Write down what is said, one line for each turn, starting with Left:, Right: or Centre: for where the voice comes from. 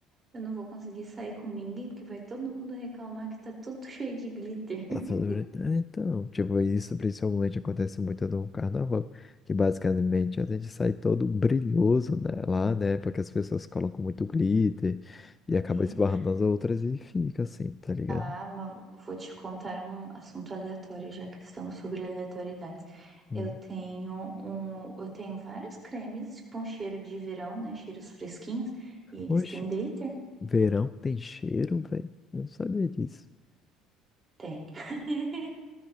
Right: eu não vou conseguir sair com ninguém, porque vai todo mundo reclamar que tá todo cheio de glitter.
Left: Tá
Right: <laughs>
Left: tudo bem. É, Então, tipo, isso principalmente acontece muito no carnaval, que basicamente a gente sai todo brilhoso, né, lá, né, porque as pessoas colocam muito glitter e acaba
Right: É.
Left: esbarrando nas outras e fica assim, tá ligado?
Right: Ah, mas vou te contar um assunto aleatório, já que estamos sobre aleatoriedades.
Left: Hum.
Right: Eu tenho um, eu tenho vários cremes com cheiro de verão, né? Cheiros fresquinhos, e eles
Left: Oxe,
Right: têm glitter?
Left: verão tem cheiro, velho? Eu não sabia disso.
Right: Tem. <laughs>